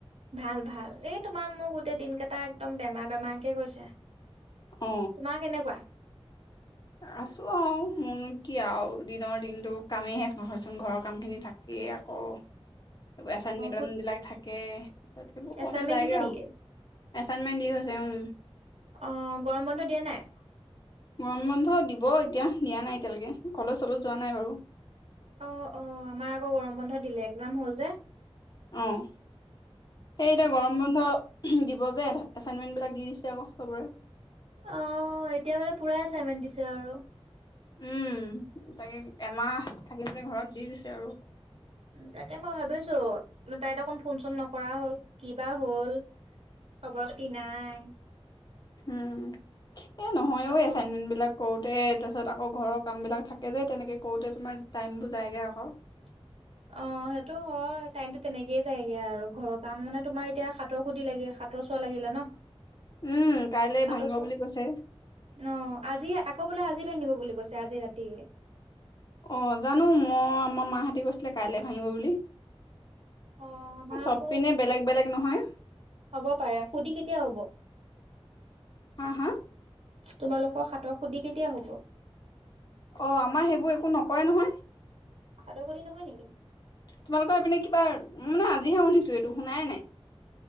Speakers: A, on the right; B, on the left.
A: ভাল ভাল এই তোমাৰ মোৰ গোটেই দিন কেইটা একদম বেমাৰ বেমাৰকে গৈছে।
B: অ
A: তোমাৰ কেনেকুৱা
B: আছো আও মোৰনো কি আৰু দিনৰ দিনটো কামেই শেষ নহয়চোন ঘৰৰ কাম খিনি থাকিয়েই আকৌ এছান মিদন
A: অ',
B: বিলাক থাকে তাৰপিছত সেইবোৰ
A: এছাইনমেণ্ট
B: কওঁতে জায়গে
A: দিছে নেকি?
B: আও এচাইনমেন্ট দি হৈছে উ
A: অ গৰম বন্ধ দিয়া নাই
B: গৰম বন্ধ দিব এতিয়া দিয়া নাই এতিয়ালৈকে কলেজ চলেত যোৱা নাই বাৰু
A: অ অ আমাৰ আকৌ গৰম বন্ধ দিলে একজাম হ'ল যে
B: অ সেই এতিয়া গৰম বন্ধ দিব যে। এচাইনমেণ্টবিলাক দি দিছে আকৌ চবৰে।
A: অ এতিয়া মানে পুৰা এচাইনমেণ্ট দিছে আৰু
B: উম তাকে এমাহ থাকিলে যে ঘৰত দি দিছে আৰু
A: তাকে মই ভাবিছো তাই ত অকন ফোন চোন নকৰা হ'ল কিবা হ'ল খবৰ খাতি নাই
B: উম এ নহয়ও
A: আকৌ
B: এচাইনমেন্ট বিলাক কৰোঁতে তাৰপিছত আকৌ ঘৰৰ কামবিলাক থাকে যে তেনেকে কৰোঁতে তোমাৰ টাইমবোৰ যায়গৈ আকৌ
A: <unintelligible> অ সেইটো হয় টাইমতো তেনেকেই যায়গে আৰু ঘৰৰ কাম মানে তোমাৰ এতিয়া সাতৰ সুধি লাগে হাটৰ চোৱা লাগিলে ন
B: উম কাইলে
A: হাট
B: ভাঙিব
A: চোৱা
B: বুলি কৈছে
A: অ আজি আকৌ বোলে আজি ভাঙিব বুলি কৈছে আজি ৰাতি
B: অ জানো মই আমাৰ মাহতি গৈছিলে কাইলে ভাঙিব বুলি
A: অ' আমাৰ
B: এই চব
A: আকৌ
B: পিনে বেলেগ বেলেগ নহয়
A: হ'ব পাৰে সুধি কেতিয়া হ'ব
B: হা হা
A: তোমালোকৰ হাতৰ সুধি কেতিয়া হব
B: অ আমাৰ সেইবোৰ একো নকৰে নহয়
A: হাটৰ সুধি নহয় নেকি?
B: তোমালোকৰ হেইপিনে কিবা মই মানে আজিহে শুনিছো এইটো শুনাই নাই।